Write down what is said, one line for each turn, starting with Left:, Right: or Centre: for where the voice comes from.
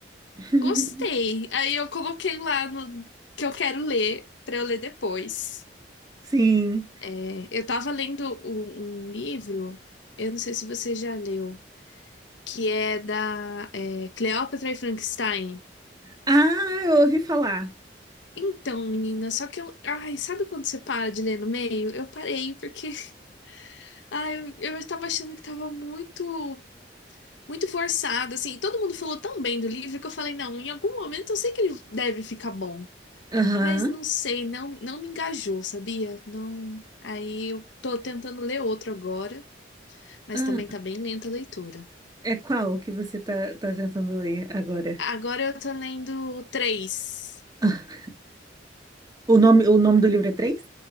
Right: <laughs>
Left: gostei. Aí eu coloquei lá no que eu quero ler para eu ler depois.
Right: Sim.
Left: É, eu tava lendo um, um livro, eu não sei se você já leu, que é da é, Cleópatra e Frankenstein.
Right: Ah, eu ouvi falar.
Left: Então, menina, só que eu. Ai, sabe quando você para de ler no meio? Eu parei, porque. <laughs> Ai, eu, eu tava achando que tava muito. Muito forçado, assim. Todo mundo falou tão bem do livro que eu falei, não, em algum momento eu sei que ele deve ficar bom.
Right: Aham.
Left: Mas não sei, não, não me engajou, sabia? Não. Aí eu tô tentando ler outro agora, mas
Right: Ah,
Left: também tá bem lenta a leitura.
Right: é qual que você tá, tá tentando ler agora?
Left: Agora eu tô lendo três.
Right: <laughs> O nome, o nome do livro é três?